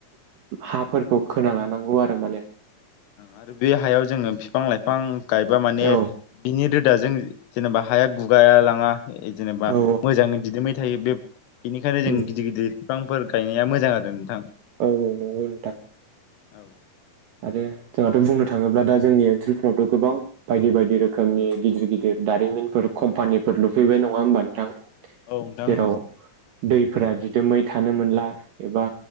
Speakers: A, on the right; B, on the left.
A: हाफोरखौ खोना लानांगौ आरो माने
B: आरो बे हायाव जोङो बिफां लाइफां गायबा माने
A: औ
B: बिनि दाजों जेनेबा हाया गुगा लाङा जेनेबा
A: औ
B: मोजाङै दिदबाय थ थायो बे बेनिखायनो जों
A: उम
B: गिदिर गिदिर बिफांफोर गायनाया मोजां आरो नोंथां
A: औ नंगौ नोंथां
B: औ
A: आरो जोंहाथ' बुंनो थाङोब्ला दा जोंनि ओनसोलफोरावथ' गोबां बायदि बायदि रोखोमनि गिदिर गिदिर दारिमिनफोर कम्पानिफोर लुफैबाय नङा होमबा नोंथां
B: औ नोंथां
A: जेराव
B: औ
A: दैफोरा दिदोमै थानो मोनला एबा